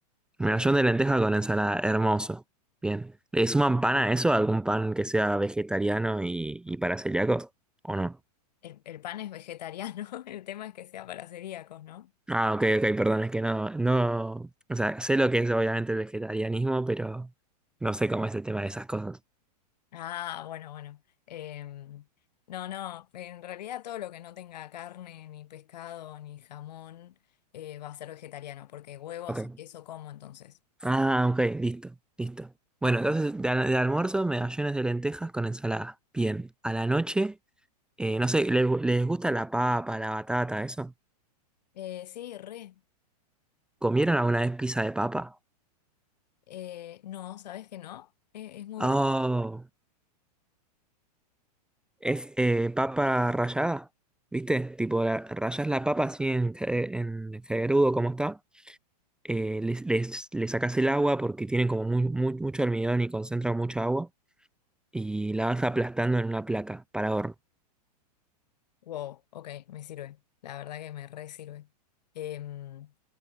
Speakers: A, in the centre; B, on the left (about 85°).
A: Medallón de lenteja con ensalada, hermoso. Bien. ¿Le suman pan a eso? ¿Algún pan que sea vegetariano y, y para celíacos? ¿O no?
B: El, el pan es vegetariano, <laughs> el tema es que sea para celíacos, ¿no?
A: Ah, ok, ok, perdón, es que no, no. O sea, sé lo que es obviamente el vegetarianismo, pero no sé cómo es el tema de esas cosas.
B: Ah, bueno, bueno. Em, no, no, en realidad todo lo que no tenga carne, ni pescado, ni jamón, eh, va a ser vegetariano, porque huevos
A: Ok.
B: y queso como entonces.
A: Ah, ok, listo, listo. Bueno, entonces de, al- de almuerzo, medallones de lentejas con ensalada. Bien. A la noche, eh, no sé, ¿les, les gusta la papa, la batata, eso?
B: Eh, sí, re.
A: ¿Comieron alguna vez pizza de papa?
B: Eh, no, ¿sabes que no? Eh, es muy
A: Oh.
B: buena.
A: Es eh, papa rallada, ¿viste? Tipo, la- rayas la papa así en, cae- en caerudo como está. Eh, les, les, le sacás el agua porque tiene como muy, muy- mucho almidón y concentra mucha agua. Y la vas aplastando en una placa para horno.
B: Wow, ok, me sirve. La verdad que me re sirve. Em,